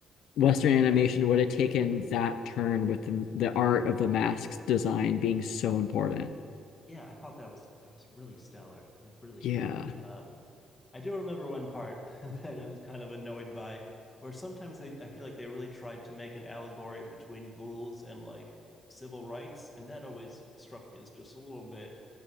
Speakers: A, on the left; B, on the left.
A: Western animation would have taken that turn with the, the art of the masks design being so important.
B: Yeah, I thought that was that was really stellar. Really
A: Yeah.
B: cool. Um I do remember one part <laughs> that I was kind of annoyed by where sometimes they I feel like they really tried to make an allegory between ghouls and like civil rights, and that always struck me as just a little bit